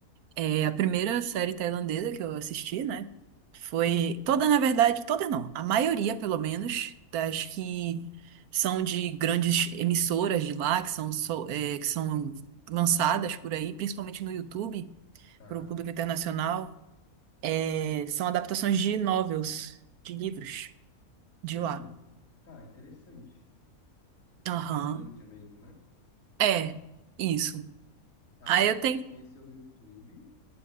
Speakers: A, on the right (about 85°); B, on the left (about 60°).
A: É, a primeira série tailandesa que eu assisti, né? Foi toda, na verdade, toda não, a maioria, pelo menos, das que são de grandes emissoras de lá, que são, so- é, que são lançadas por aí, principalmente no YouTube,
B: Tá?
A: para o público internacional, é, são adaptações de novels, de livros de
B: Hum,
A: lá.
B: tá, interessante. Da
A: Aham.
B: Tailândia mesmo, né?
A: É, isso.
B: Tá,
A: Aí
B: e aí
A: eu
B: você
A: tenho.
B: conheceu no YouTube.